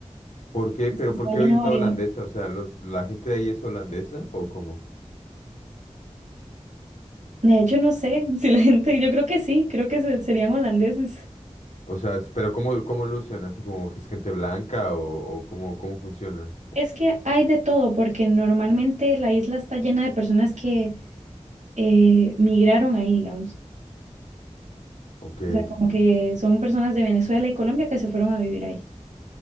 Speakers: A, on the left; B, on the right.
A: ¿Por qué? ¿Pero
B: Está
A: por qué
B: lleno
A: oís
B: de variedad.
A: la holandesa? O sea, los, ¿la gente de ahí es holandesa o cómo?
B: De hecho, no sé <laughs> si la gente, yo creo que sí, creo que se- serían holandeses.
A: O sea, es- ¿pero cómo, cómo lucen? ¿Así como que es gente blanca o, o cómo, cómo funciona?
B: Es que hay de todo, porque normalmente la isla está llena de personas que eh, migraron ahí, digamos.
A: Ok.
B: O sea, como que son personas de Venezuela y Colombia que se fueron a vivir ahí.